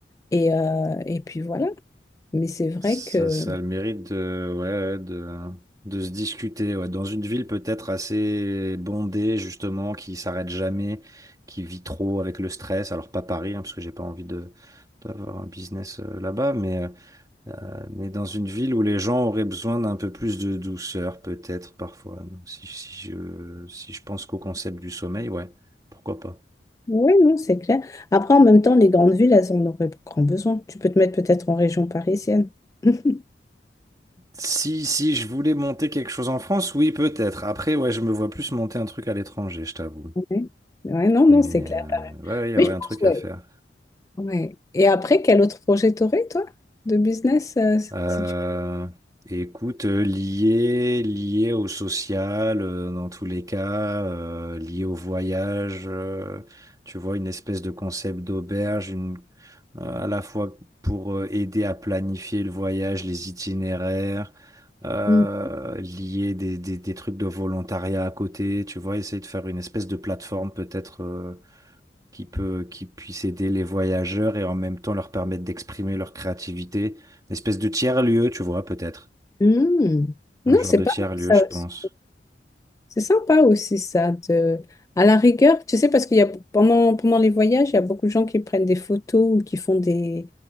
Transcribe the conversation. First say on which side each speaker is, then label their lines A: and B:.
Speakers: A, on the left; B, on the right.
A: Et, euh, et puis voilà. Mais c'est vrai
B: Ça,
A: que
B: ça a le mérite de, ouais, ouais, de, de se discuter. ouais. Dans une ville peut-être assez bondée, justement, qui s'arrête jamais, qui vit trop avec le stress. Alors pas Paris, hein, parce que j'ai pas envie de, d'avoir un business euh, là-bas, mais, euh, mais dans une ville où les gens auraient besoin d'un peu plus de douceur, peut-être parfois. Donc, si, si je, si je pense qu'au concept du sommeil, ouais, pourquoi pas.
A: Oui, non, c'est clair. Après, en même temps, les grandes villes, elles en auraient grand besoin. Tu peux te mettre peut-être en région parisienne. <laughs>
B: Si, si je voulais monter quelque chose en France, oui, peut-être. Après, ouais, je me vois plus monter un truc à l'étranger, je t'avoue.
A: Ouais. Ouais, non, non,
B: Mais
A: c'est clair,
B: euh,
A: pareil.
B: ouais, ouais, il y
A: Mais
B: aurait
A: je
B: un
A: pense,
B: truc
A: ouais.
B: à faire.
A: Ouais. Et après, quel autre projet t'aurais, toi, de business, euh,
B: Euh,
A: si tu...
B: écoute, euh, lié, lié au social, euh, dans tous les cas, euh, lié au voyage, euh, tu vois, une espèce de concept d'auberge, une, euh, à la fois pour euh, aider à planifier le voyage, les itinéraires, euh,
A: Mm.
B: lier des, des, des trucs de volontariat à côté, tu vois, essayer de faire une espèce de plateforme peut-être. euh, qui peut, qui puisse aider les voyageurs et en même temps leur permettre d'exprimer leur créativité. Une espèce de tiers-lieu, tu vois, peut-être.
A: Mm.
B: Un
A: Non,
B: genre
A: c'est
B: de
A: pas
B: tiers-lieu,
A: mal, ça
B: je pense.
A: aussi. C'est sympa aussi ça de à la rigueur, tu sais parce qu'il y a pendant pendant les voyages, il y a beaucoup de gens qui prennent des photos ou qui font des